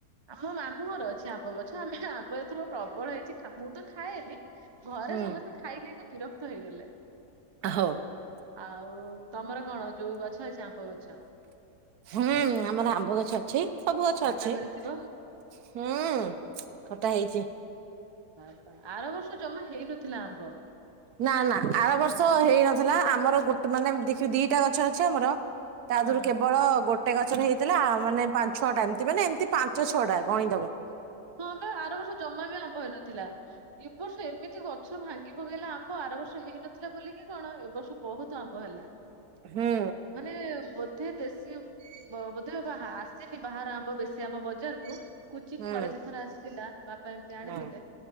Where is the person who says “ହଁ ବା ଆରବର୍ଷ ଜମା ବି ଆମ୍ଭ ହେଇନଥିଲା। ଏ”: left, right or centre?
Right